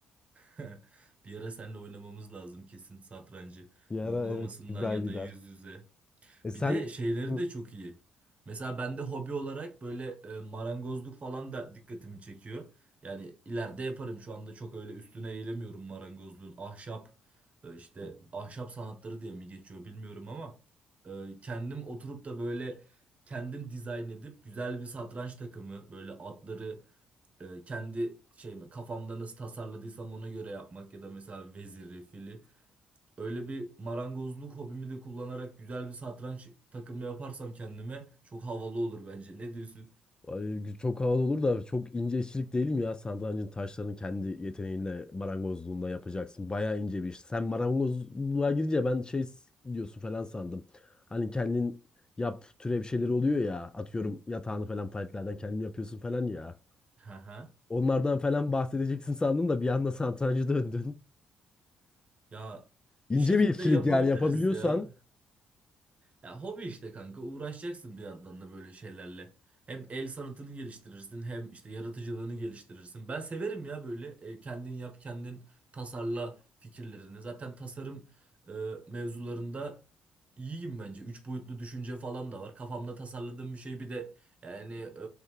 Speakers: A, on the right; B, on the left.
A: <laughs> Bir ara seninle oynamamız lazım kesin satrancı.
B: Bir ara
A: Uygulamasından
B: evet güzel
A: ya
B: gider.
A: da yüz yüze.
B: E sen
A: Bir de şeyleri
B: Hı.
A: de çok iyi. Mesela bende hobi olarak böyle e, marangozluk falan da dikkatimi çekiyor. Yani ileride yaparım. Şu anda çok öyle üstüne eğilemiyorum marangozluğun. Ahşap e, işte ahşap sanatları diye mi geçiyor bilmiyorum ama e, kendim oturup da böyle kendim dizayn edip güzel bir satranç takımı böyle atları e, kendi şeyimi kafamda nasıl tasarladıysam ona göre yapmak ya da mesela veziri, fili Öyle bir marangozluk hobimi de kullanarak güzel bir satranç takımı yaparsam kendime çok havalı olur bence. Ne diyorsun?
B: Ay, çok havalı olur da çok ince işçilik değil mi ya? Satrancın taşlarını kendi yeteneğinle marangozluğunda yapacaksın. Bayağı ince bir iş. Sen marangozluğa girince ben şey s- diyorsun falan sandım. Hani kendin yap türe bir şeyler oluyor ya. Atıyorum yatağını falan paletlerden kendin yapıyorsun falan ya.
A: Hı hı.
B: Onlardan falan bahsedeceksin sandım da bir anda satrancı döndün.
A: Ya
B: <laughs> İnce
A: bir şekilde
B: bir işçilik
A: yapabiliriz
B: yani yapabiliyorsan
A: ya. Ya hobi işte kanka uğraşacaksın bir yandan da böyle şeylerle. Hem el sanatını geliştirirsin hem işte yaratıcılığını geliştirirsin. Ben severim ya böyle e, kendin yap kendin tasarla fikirlerini. Zaten tasarım e, mevzularında iyiyim bence. Üç boyutlu düşünce falan da var. Kafamda tasarladığım bir şey bir de yani e,